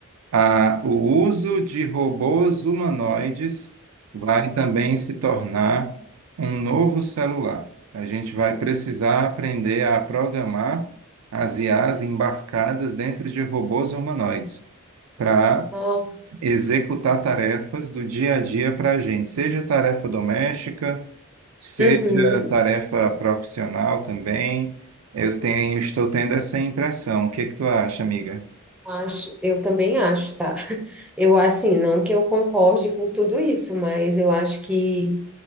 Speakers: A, on the right (about 75°); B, in the centre.
A: a- o uso de robôs humanoides vai também se tornar um novo celular. A gente vai precisar aprender a programar as I as embarcadas dentro de robôs humanoides para
B: Nossa.
A: executar tarefas do dia a dia para a gente, seja tarefa doméstica, seja
B: Uhum.
A: tarefa profissional também. Eu tenho, estou tendo essa impressão. O que que tu acha, amiga?
B: Acho, eu também acho, tá? <laughs> Eu, assim, não que eu concorde com tudo isso, mas eu acho que